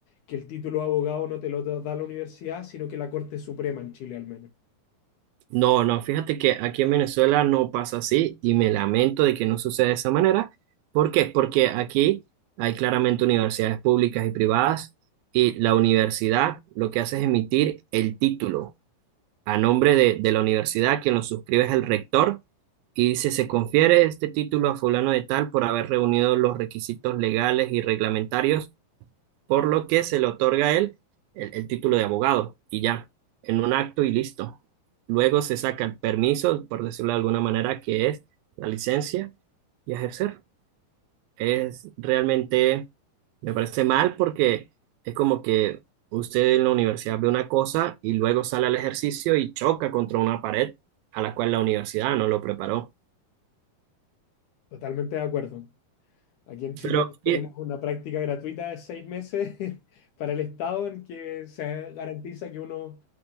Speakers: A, on the left; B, on the right.
A: que el título de abogado no te lo da da la universidad, sino que la Corte Suprema en Chile al menos.
B: No, no, fíjate que aquí en Venezuela no pasa así y me lamento de que no suceda de esa manera. ¿Por qué? Porque aquí hay claramente universidades públicas y privadas y la universidad lo que hace es emitir el título a nombre de, de la universidad, quien lo suscribe es el rector y dice, se confiere este título a fulano de tal por haber reunido los requisitos legales y reglamentarios por lo que se le otorga a él el, el título de abogado y ya, en un acto y listo. Luego se saca el permiso, por decirlo de alguna manera, que es la licencia y ejercer. Es realmente, me parece mal porque es como que usted en la universidad ve una cosa y luego sale al ejercicio y choca contra una pared a la cual la universidad no lo preparó.
A: Totalmente de acuerdo. Aquí en Chile
B: Pero,
A: tenemos
B: eh,
A: una práctica gratuita de seis meses <laughs> para el Estado en que se garantiza que uno